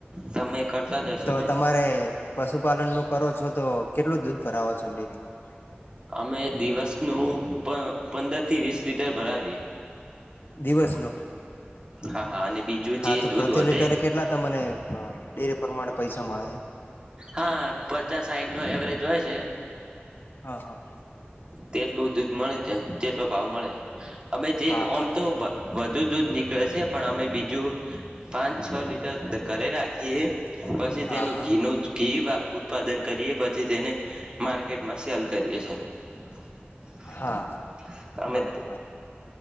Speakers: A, on the right; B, on the left.
A: તમે કરતા જશો
B: તો
A: ને
B: તમારે પશુપાલન નું કરો છો તો કેટલું દૂધ ભરાવો છો ડેરીમાં
A: અમે દિવસનું પણ પંદર થી વીસ લીટર ઉતર ભરાવીએ
B: દિવસ ન
A: હા હા અને બીજું
B: હા
A: જે
B: તો
A: દૂધ
B: પ્રતિ
A: વધે
B: લિટર કેટલા તમને ડેરે પ્રમાણે પૈસા મળે
A: હા પચાસ સાઈઠ નો એવરેજ હોય છે
B: હા હા
A: તેટલું દૂધ મળે તેટલો ભાવ મળે અમે જેમ
B: હા હા
A: તો ધ દૂધ નીકળે છે પણ અમે બીજું પાંચ છ લીટર ઘરે રાખીએ પછી
B: હા
A: તેનું
B: હા
A: ઘીનું ઘી ઉત્પાદન કરીએ પછી તેને માર્કેટમાં સેલ કરીએ છ છે હમ
B: હા
A: તમે
B: બરોબર